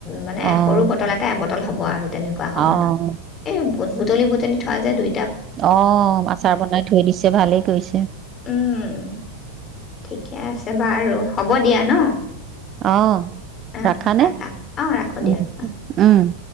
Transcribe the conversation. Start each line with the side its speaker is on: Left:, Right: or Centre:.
Left: মানে
Right: অ',
Left: সৰু বটল এটা এবটল হব আৰু তেনেকুৱা সমানৰ,
Right: অ',
Left: এ বুটুলি বুটুলি থোৱা যায় দুই।
Right: অ', ভাত চাত বনাই থৈ দিছে ভালেই কৰিছে।
Left: উম ঠিকে আছে বাৰু। হ'ব দিয়া ন।
Right: আহ
Left: অঁ
Right: ৰাখানে?
Left: ৰাখা অঁ ৰাখোঁ
Right: উ
Left: দিয়া অঁ
Right: উম।